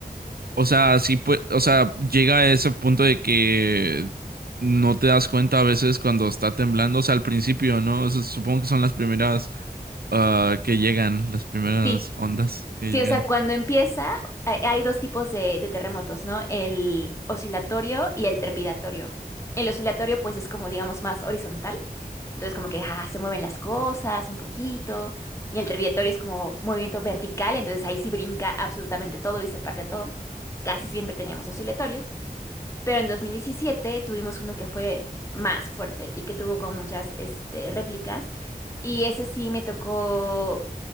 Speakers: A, on the right; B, on the left.
A: O sea, sí pues. o sea, llega a ese punto de que no te das cuenta a veces cuando está temblando, o sea, al principio, ¿no? O sea, supongo que son las primeras ah, que llegan, las primeras
B: Sí,
A: ondas que
B: Sí,
A: llegan.
B: o sea, cuando empieza, hay hay dos tipos de, de terremotos, ¿no? El oscilatorio y el trepidatorio. El oscilatorio, pues, es como, digamos, más horizontal. Entonces, como que ah, se mueven las cosas un poquito. Y el trepidatorio es como movimiento vertical, entonces ahí sí brinca absolutamente todo y se parte todo. Casi siempre teníamos oscilatorios. Pero en 2017 tuvimos uno que fue más fuerte y que tuvo como muchas este, réplicas. Y ese sí me tocó,